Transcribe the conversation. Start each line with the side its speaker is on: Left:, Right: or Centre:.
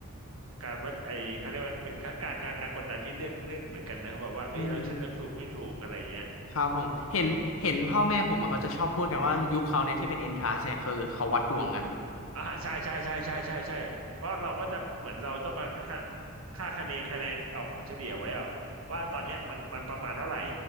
Right: การวัดไอ้เขาเรียกว่าเป็นการการการการกดดันที่เลือกเลือกเหมือนกันนะแบบว่าเอ้ยเราฉันเลือกถูกไม่ถูกอะไรอย่างเงี้ย
Left: อืมครับผมเห็นเห็นพ่อแม่ผมอะเขาจะชอบพูดกันว่ายุคเขาเนี่ยที่เป็น N-TAS เนี่ยคือเขาวัดดวงกัน
Right: อ่าใช่ใช่ใช่ใช่ใช่ใช่เพราะเราก็จะเหมือนเราต้องมาค่าค่าคะแนนคะแนนเก่าของเฉลี่ยไว้อะว่าตอนเนี้ยมันมันประมาณเท่าไหร่